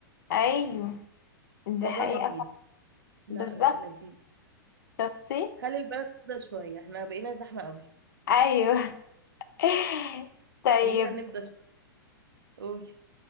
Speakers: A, on the left (about 65°); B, on the right (about 75°).
A: ايوه دي
B: الموضوع
A: حقيقة
B: لذيذ لا
A: بالظبط
B: لا لذيذ
A: شفتي
B: خلي البلد تفضى شوية احنا بقينا زحمة أوي
A: ايوه <laughs> طيب
B: خلينا نفضى شوية قولي